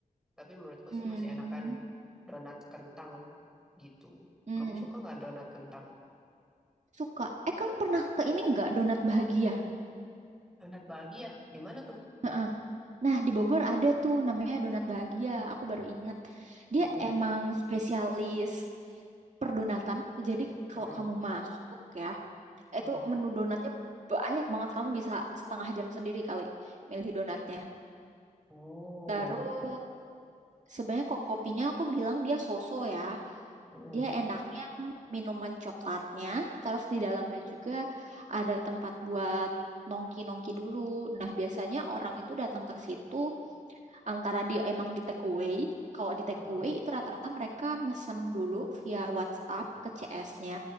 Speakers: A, in the centre; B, on the right (about 55°).
A: Tapi menurutku
B: Hmm.
A: sih masih enakan donat kentang gitu.
B: Hmm.
A: Kamu suka nggak donat kentang?
B: Suka. Eh kamu pernah ke ini nggak donat bahagia?
A: Anak bahagia, di mana tuh?
B: Heeh. Nah, di Bogor ada tuh namanya Donat Bahagia. Aku baru ingat. Dia
A: Mm-mm,
B: emang spesialis perdonatan. Jadi kalau
A: mm-mm,
B: kamu masuk ya, itu
A: mm.
B: menu donatnya banyak banget. Kamu bisa setengah jam sendiri kali milih donatnya.
A: Oh,
B: Terus sebenarnya kok kopinya aku bilang dia soso ya.
A: mm-mm,
B: Dia enaknya minuman coklatnya. Terus di dalamnya juga ada tempat buat nongki-nongki dulu. Nah, biasanya orang itu datang ke situ antara dia emang di take away. Kalau di take
A: mm-mm,
B: away itu rata-rata mereka mesen dulu via WhatsApp ke CS-nya.